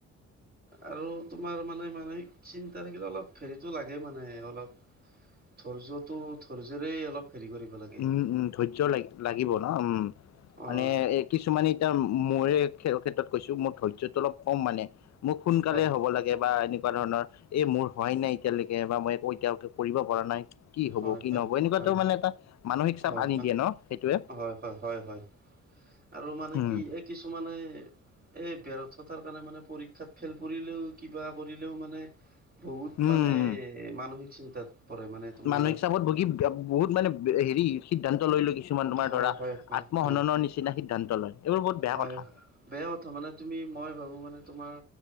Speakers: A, on the right; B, on the left.
A: আৰু তোমাৰ মানে মানে চিন্তা থাকিলে অলপ হেৰিতটো লাগে মানে অলপ। ধৈৰ্যটো ধৈৰ্যৰেই অলপ হেৰি কৰিব লাগ
B: উম' উম' ধৈৰ্য্য লা লাগিব ন উম' মানে
A: অ',
B: এ কিছুমানে এতিয়া মোৰে খেৰ ক্ষেত্ৰত কৈছোঁ মোৰ ধৈৰ্য্যৰটো অলপ কম মানে মোৰ সোনকালে
A: হয়।
B: হ'ব লা বা এনেকুৱা ধৰণৰ এই মোৰ হোৱাই নাই এতিয়ালৈকে বা মই একো এতিয়ালৈকে কৰিব পৰা নাই। কি হব
A: হয়,
B: কি
A: হয়,
B: নহব এনেকুৱাতো
A: হয়, হয়,
B: মানে এটা মানসিক চাপ
A: হয়,
B: আনি দিয়ে ন
A: <inaudible>
B: সেইটোৱে
A: হয়, হয়, হয় আৰু মানে
B: উম
A: কি। কিছুমানে এ বেৰত থকাৰ কাৰণে মানে পৰীক্ষাত ফেইল কৰিলেও কিবা কৰিলেও মানে। বহুত
B: উম
A: মানে মানসিক চিন্তাত পৰে মানে তোমাৰ
B: মানসিক চাপত ভুগি বহুত মানে হেৰি সিদ্ধান্ত লৈ লয় কিছুমান তোমাৰ
A: হয়,
B: ধৰা
A: হয়, হয়,
B: আত্মহননৰ
A: হয়।
B: নিচিনা সিদ্ধান্ত লয়। এইবোৰ বহুত বেয়া
A: হয়,
B: কথা
A: বেয়া কথা মানে তুমি মই ভাবোঁ মানে তোমাৰ।